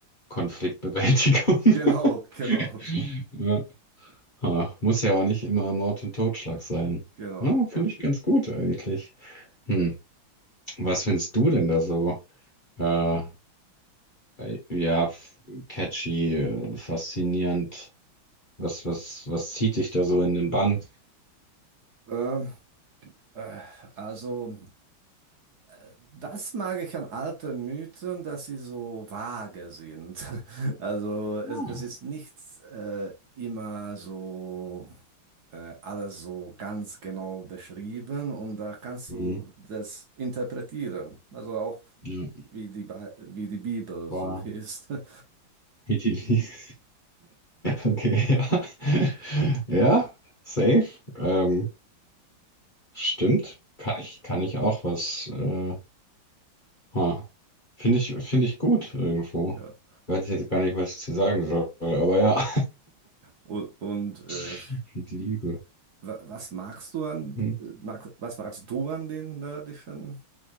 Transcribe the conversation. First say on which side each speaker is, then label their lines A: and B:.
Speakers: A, on the left; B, on the right.
A: Konfliktbewältigung.
B: genau, genau.
A: <laughs> Ja. Ha, muss ja auch nicht immer Mord und Totschlag sein.
B: Genau.
A: Ja, Ja. finde ich ganz gut eigentlich. Hm. Was findest du denn da so? Äh, äh, ja, f- catchy, äh, faszinierend. Was, was, was zieht dich da so in den Bann?
B: Ähm, äh, also, äh, das mag ich an alten Mythen, dass sie so vage sind. <laughs> Also, es,
A: Ah,
B: es ist nicht äh, immer so äh, alles so ganz genau beschrieben und da kannst
A: Hm.
B: du das interpretieren. Also auch
A: Ja.
B: wie die, Bi- wie die Bibel
A: Boah.
B: so <laughs> ist. Äh,
A: Idili. <laughs> Okay, ja. Ja, safe. Ähm, stimmt. Kann ich, kann ich auch was. Äh, ha. Finde ich, finde ich gut irgendwo.
B: ja.
A: Weiß ich jetzt gar nicht, was ich zu sagen soll, aber ja.
B: Und, und äh,
A: <laughs> Wie die Liebe.
B: wa- was magst du an,
A: Hm.
B: äh, mag, was magst du an den nördischen?